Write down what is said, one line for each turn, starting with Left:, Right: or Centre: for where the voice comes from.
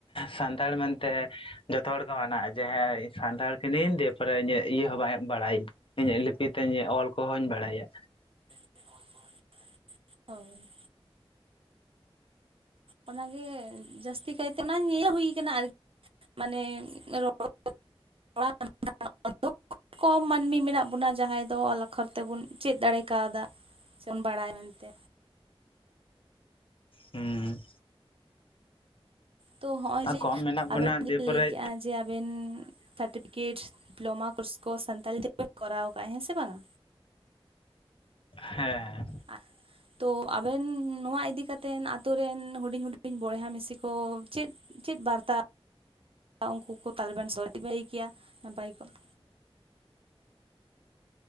Left: ᱥᱟᱱ ᱢᱮᱱᱛᱮ ᱡᱚᱛᱚ ᱦᱚᱲ ᱠᱚ ᱢᱟᱱᱟᱜᱼᱟ ᱡᱮ ᱦᱟᱹᱭ ᱥᱟᱱᱛᱟᱲ ᱠᱟᱹᱱᱟᱹᱧ ᱫᱤᱭᱮᱯᱚᱨᱮ ᱤᱧᱟᱹᱜ ᱤᱭᱟᱹ ᱦᱚᱸ ᱵᱟᱝ ᱵᱟᱲᱟᱭᱟᱹᱧ᱾ ᱤᱧᱟᱹᱜ ᱞᱤᱯᱤ ᱛᱮᱧ ᱚᱞ ᱠᱚᱦᱚᱧ ᱵᱟᱲᱟᱭᱟ᱾
Right: <unintelligible> ᱦᱳᱭ ᱚᱱᱟᱜᱮ ᱡᱟᱹᱥᱛᱤ ᱠᱟᱭᱛᱮ ᱛᱮᱱᱟᱝ ᱧᱮᱞ ᱦᱩᱭ ᱟᱠᱟᱱᱟ ᱟᱨᱠᱤ ᱢᱟᱱᱮ <unintelligible> <unintelligible> ᱠᱚᱢ ᱢᱟᱹᱱᱢᱤ ᱢᱮᱱᱟᱜ ᱵᱚᱱᱟ ᱡᱟᱦᱟᱸᱭ ᱫᱚ ᱚᱞ ᱟᱠᱷᱚᱨ ᱛᱮᱵᱚᱱ ᱪᱮᱫ ᱫᱟᱲᱮ ᱠᱟᱣᱫᱟ᱾ ᱥᱮᱢ ᱵᱟᱲᱟᱭ ᱢᱮᱱᱛᱮ
Left: ᱦᱮᱸ
Right: ᱛᱚ ᱦᱚᱜᱼᱚᱭ
Left: ᱟᱨ
Right: ᱡᱮ
Left: ᱠᱚᱢ ᱢᱮᱱᱟᱜ
Right: ᱟᱵᱮᱱ
Left: ᱵᱚᱱᱟ
Right: ᱵᱤᱱ
Left: ᱫᱤᱭᱮᱯᱚᱨᱮ
Right: ᱞᱟᱹᱭ ᱠᱮᱫᱼᱟ ᱡᱮ ᱟᱵᱮᱱ ᱥᱟᱨᱴᱤᱯᱷᱤᱠᱮᱴ ᱰᱤᱯᱞᱳᱢᱟ ᱠᱳᱨᱥ ᱠᱚ ᱥᱟᱱᱛᱟᱲᱤ ᱛᱮᱵᱮᱱ ᱠᱚᱨᱟᱣ ᱟᱠᱟᱫᱼᱟ ᱦᱮᱸ ᱥᱮ ᱵᱟᱝᱟ᱾
Left: ᱦᱮᱸ
Right: <unintelligible> ᱛᱚ ᱟᱵᱮᱱ ᱱᱚᱣᱟ ᱤᱫᱤ ᱠᱟᱛᱮᱱ ᱟᱛᱩ ᱨᱮᱱ ᱦᱩᱰᱤᱧ ᱦᱩᱰᱤᱧ ᱵᱚᱭᱦᱟ ᱢᱤᱥᱤ ᱠᱚ ᱪᱮᱫ ᱪᱮᱫ ᱵᱟᱨᱛᱟ ᱩᱱᱠᱩ ᱠᱚ ᱛᱟᱦᱞᱮ ᱵᱮᱱ ᱥᱚᱦᱞᱮ‌ ᱛᱮᱵᱤᱱ ᱞᱟᱹᱭ ᱠᱮᱭᱟ ᱱᱟᱯᱟᱭ ᱠᱚᱜ-ᱟ?